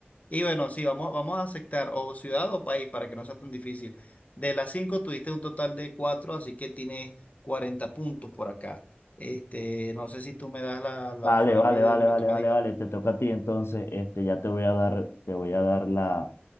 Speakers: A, on the left; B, on the left.
A: y bueno, sí, vamos, vamos a aceptar o ciudad o país para que no sea tan difícil. De las cinco tuviste un total de cuatro, así que tienes 40 puntos por acá. Este, no sé si tú me das la, la
B: Vale,
A: opción
B: vale,
A: a mí de
B: vale,
A: lo que
B: vale,
A: tú me
B: vale,
A: digas.
B: vale. Te toca a ti entonces. Este, ya te voy a dar, te voy a dar la,